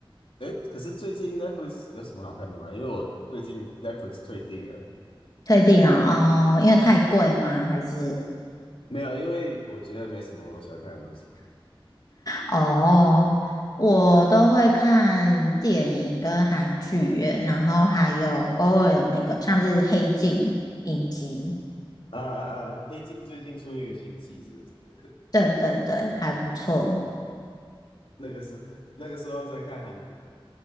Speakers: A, on the left (about 75°); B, on the left (about 45°).
A: 哎，可是最近 Netflix 有什么好看的吗？因为我最近 Netflix 退订了。
B: 退订啊，哦，因为太贵吗？
A: 嗯 <laughs>
B: 还是
A: 没有，因为我觉得没什么我喜欢看的东西。
B: 哦，我都会看电影跟韩剧耶，然后还有偶尔有那个像是《黑镜》影集，
A: 啊啊啊！黑镜最近出一个新季，是不是？
B: 对对对，还不错。
A: 那个是那个时候在看韩国，